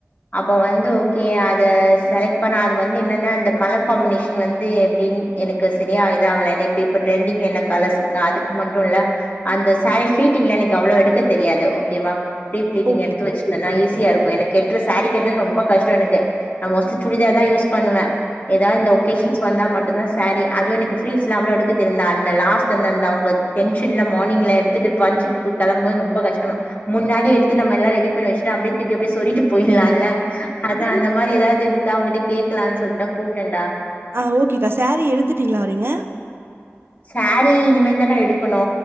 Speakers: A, on the left; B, on the right.
A: அப்ப வந்து ஓகே அத செலக்ட் பண்ண அது வந்து என்னன்ன அந்த கலர் காம்பினேஷன் வந்து எப்டி எனக்கு சரியா இதாவல நீ இப்ப டரெண்டிங் என்ன கலர்ஸ் இருக்கு அதுக்கு மட்டு இல்ல அந்த சாரி ஃப்ளீடிங்லா எனக்கு அவ்ளோ எடுக்க தெரியாது ஓகேவா ஃப்ரீபிலிட்டிங்
B: ஓகேக்கா.
A: எடுத்து வச்சுடேன்னா
B: ஓகே.
A: ஈஸியா இருக்கு எனக்கு கட் டுர சாரி கட்றது ரொம்ப கஷ்டோ எனக்கு நா மோஸ்ட்லி சுடிதார்தா யூஸ் பண்ணுவே எதாவது இந்த ஒகேஷன்ஸ் வந்தா மட் டுதா சாரி அதுவு எனக்கு பிலிட்ஸ்லா அவ்ளோ எடுக்க தெரி அந்த லாஸ்ட் அந்தந்த அவுங்கல டென்ஷன்ல மார்னிங்ல எடு எடுத்துட்டு பங்க்ஷன்னுக்கு கிளம்புபோது ரொம்ப கஷ்டம் முன்னாடி எடுத்து நம்மல்லா ரெடி பண்ணி வெஸ்டா அப்டியே தூக்கி அப்டியே எடுத்து சொருகி போய்லால்ல அதா அந்த மாரி எதாவது இதுக்கு அவங்ககிட்ட கேக்கலான்னு சொல்லிட்டுதா கூப்ட்டேன்டா
B: ஆ ஓகேக்கா சாரீ எடுத்துட்டீங்களா வரீங்க
A: சாரி இனிமேல் தான்டா எடுக்கணு